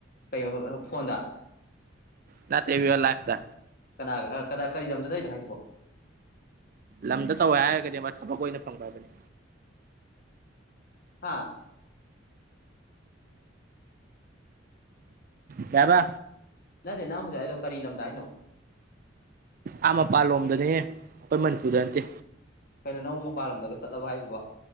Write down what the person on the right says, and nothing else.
ꯅꯠꯇꯦ ꯔꯤꯑꯜ ꯂꯥꯏꯞꯇ
ꯂꯝꯗ ꯇꯧꯋꯦ ꯍꯥꯏꯔꯒꯗꯤ ꯑꯃ ꯊꯕꯛ ꯑꯣꯏꯅ ꯐꯪꯕ ꯍꯥꯏꯕꯅꯤ
ꯀꯩ ꯍꯥꯏꯕ
ꯑꯥ ꯃꯄꯥꯟꯂꯣꯝꯗꯅꯦ ꯑꯩꯈꯣꯏ ꯃꯅꯤꯄꯨꯔꯗ ꯅꯠꯇꯦ